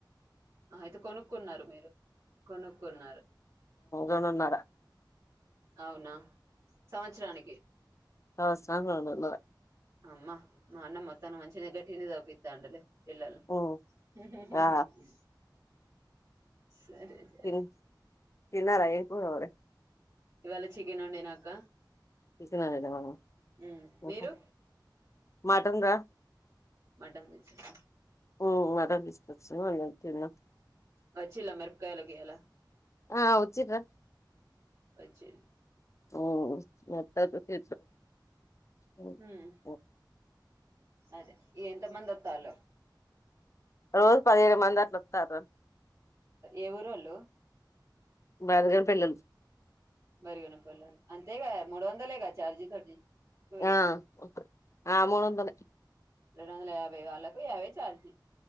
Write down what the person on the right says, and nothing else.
అయితే కొనుకున్నారు మీరు కొనుకున్నారు ఉహ్
హు అవునా సంవత్సరానికి
అమ్మ మా అన్నం మోతానము మంచిగానే గట్టింరు పితాండులే పిల్లల్
హుహుహు
సరే సరే
ఇవాళ చికెన్ వండినా అక్క
ఉమ్
మీరు
మటన్ తెచ్చిండ్
వచ్చిలా మేరాపకాలాకియాల
వచ్చిర్
ఉమ్ అదే ఎంత మంది వత్తాలో
ఏవురోలు
మరిగణపల్లా అంతేగా మూడు వందలే క ఛార్జీ తోటి కూలి
రెండు వందల యాభై వాళ్ళకు యాభై చార్జి.